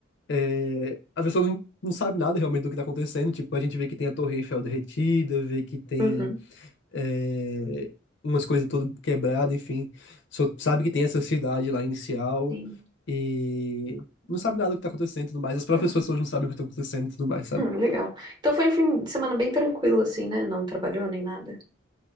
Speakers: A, on the left (about 60°); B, on the right (about 20°).
A: é, a pessoa não, não sabe nada realmente do que tá acontecendo. Tipo, a gente vê que tem a Torre Eiffel derretida, vê que tem
B: Uhum,
A: é, umas coisas todas quebradas, enfim. Só sabe que tem essa cidade lá inicial
B: sim.
A: e não sabe nada do que tá acontecendo e tudo mais. As próprias
B: Ah,
A: pessoas não sabem o que tá acontecendo e tudo mais,
B: <laughs>
A: sabe?
B: Hum, legal. Então foi um fim de semana bem tranquilo, assim, né? Não trabalhou nem nada.